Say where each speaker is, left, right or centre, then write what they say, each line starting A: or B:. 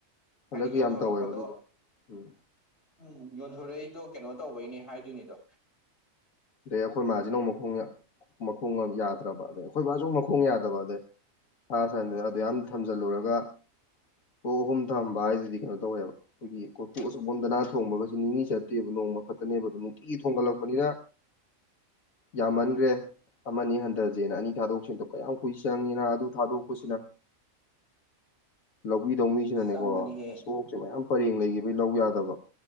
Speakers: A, on the left; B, on the left.
A: ꯍꯟꯗꯛꯀꯤ
B: ꯍꯥꯏꯗꯤ ꯌꯣꯟꯊꯣꯔꯛꯄꯗꯣ
A: ꯌꯥꯝ ꯇꯧꯋꯦꯕ ꯑꯗꯨꯗꯣ ꯎꯝ
B: ꯎꯝ ꯌꯣꯟꯊꯣꯔꯛꯏꯗꯣ ꯀꯩꯅꯣ ꯇꯧꯕꯩꯅꯦ ꯍꯥꯏꯗꯣꯏꯅꯤꯗꯣ
A: ꯑꯗꯩ ꯑꯩꯈꯣꯏ ꯃꯥꯁꯤꯅꯃꯨꯛ ꯃꯈꯣꯡ ꯃꯈꯣꯡ ꯌꯥꯗ꯭ꯔꯕ ꯑꯗꯩ ꯑꯩꯈꯣꯏ ꯕꯥꯁꯨꯃꯨꯛ ꯃꯈꯣꯡ ꯌꯥꯗꯕ ꯃꯊꯥꯁꯥꯏ ꯑꯗꯨꯛꯌꯥꯝ ꯊꯝꯖꯤꯜꯂꯨꯔꯒ ꯑꯣꯛ ꯑꯍꯨꯝ ꯊꯝꯕ ꯍꯥꯏꯁꯤꯗꯤ ꯀꯩꯅꯣ ꯇꯧꯋꯦꯕ ꯑꯩꯈꯣꯏꯒꯤ ꯀꯣꯔꯇꯣꯛ ꯑꯆꯧꯕꯑꯝꯗ ꯅꯥꯟꯅ ꯊꯣꯡꯕꯒꯁꯤ ꯅꯤꯅꯤ ꯆꯠꯇꯦꯕ ꯅꯣꯡꯃ ꯈꯛꯇꯅꯦꯕ ꯑꯗꯨꯣ ꯅꯨꯡꯇꯤꯒꯤ ꯊꯣꯡꯒꯠꯂꯛꯄꯅꯤꯅ ꯌꯥꯝꯃꯟꯈ꯭ꯔꯦ ꯑꯃ ꯍꯟꯊꯁꯦꯅ ꯑꯅꯤ ꯊꯥꯗꯣꯛꯈꯤꯕꯗꯣ ꯀꯌꯥꯝ ꯀꯨꯏ ꯆꯪꯉꯤꯅ ꯑꯗꯨ ꯊꯥꯗꯣꯛꯄꯁꯤꯅ
B: <inaudible>
A: ꯂꯧꯕꯤꯗꯧꯃꯤꯁꯤꯅꯅꯦꯀꯣ
B: ꯆꯪꯕꯅꯤꯍꯦ
A: ꯑꯁ ꯑꯣꯛ ꯍꯧꯖꯤꯛ ꯃꯌꯥꯝ ꯄꯔꯦꯡ ꯂꯩꯈꯤꯕꯒꯤ ꯂꯧ ꯌꯥꯗꯕ